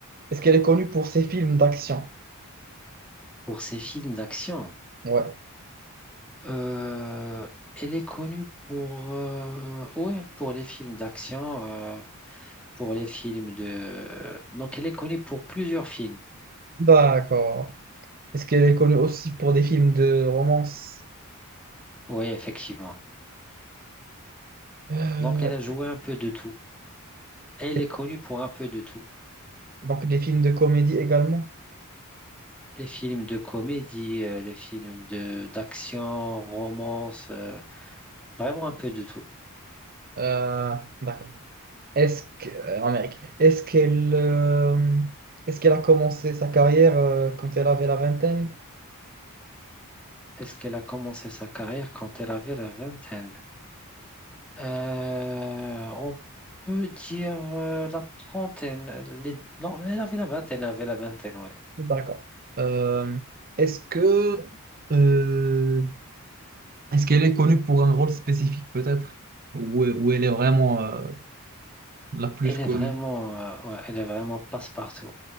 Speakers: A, on the right (about 40°); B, in the centre.
A: est-ce qu'elle est connue pour ses films d'action?
B: Pour ces films d'action.
A: Ouais.
B: Euh, elle est connue pour, euh, ouais, pour les films d'action, euh, pour les films de... Donc, elle est connue pour plusieurs films.
A: D'accord. Est-ce qu'elle est connue aussi pour des films de romance?
B: Oui, effectivement.
A: Euh,
B: Donc, elle a joué un peu de tout. Elle
A: et-
B: est connue pour un peu de tout.
A: donc des films de comédie également?
B: Les films de comédie, euh, les films de d'action, romance, euh, vraiment un peu de tout.
A: Euh, d'accord. Est-ce que, euh, en Amérique, est-ce qu'elle euh, est-ce qu'elle a commencé sa carrière euh, quand elle avait la vingtaine?
B: Est-ce qu'elle a commencé sa carrière quand elle avait la vingtaine? Euh, on peut dire euh, la trentaine. les- Non, elle avait la vingtaine, elle avait la vingtaine, ouais.
A: D'accord. Euh, est-ce que euh, est-ce qu'elle est connue pour un rôle spécifique peut-être? Ou, ou elle est vraiment euh, la plus
B: Elle
A: connue?
B: est vraiment, euh, ouais, elle est vraiment passe-partout.